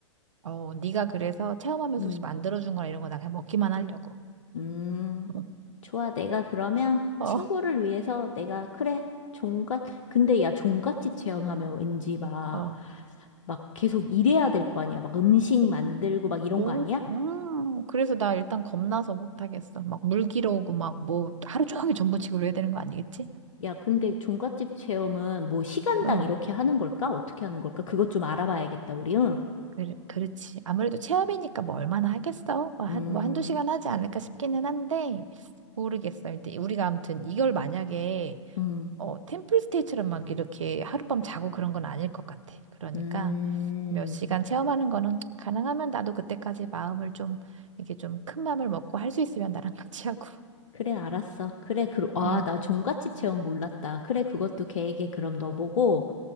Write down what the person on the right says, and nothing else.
어, 네가 그래서 체험하면서
혹시 만들어준 거나 이런 거 나 그냥 먹기만 하려고.
<laughs>
어,
어.
오,
음, 그래서 나 일단 겁나서 못하겠어. 막 물 길어오고 막 뭐 하루 종일 전부치고 그래야 되는 거 아니겠지?
어,
그, 그렇지. 아무래도 체험이니까 뭐 얼마나 하겠어? 뭐 한,
뭐 한두 시간 하지 않을까 싶기는 한데, 모르겠어. 근데 우리가 아무튼 이걸 만약에,
어, 템플스테이처럼 막 이렇게 하룻밤 자고 그런 건 아닐 것 같아. 그러니까
몇 시간 체험하는 거는 가능하면 나도 그때까지 마음을 좀, 이렇게 좀 큰 마음을 먹고 할 수 있으면 나랑 같이 하고.
응.